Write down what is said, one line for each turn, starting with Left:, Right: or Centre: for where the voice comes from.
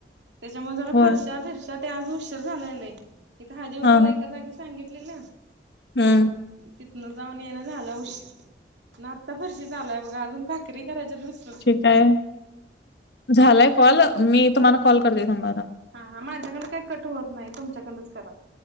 Right: त्याच्यामुळे जरा
Left: होय
Right: फरशा-फिर ते आज उशीर झालेय ले, इथे हाळदी कुंकवाला,
Left: हा
Right: एका जागी सांगितलेल
Left: हम्म.
Right: तिथनं जाऊन यायला, झाला उशीर, न आत्ता फरशी चालाय बघा, अजून भाकरी करायच्यात, नस
Left: ठीक हाय, झालाय कॉल, मी तुम्हाला कॉल करते, थांबा आता.
Right: हा हा माझ्याकडन, काही कट होत नाही, तुमच्याकडंनच करा.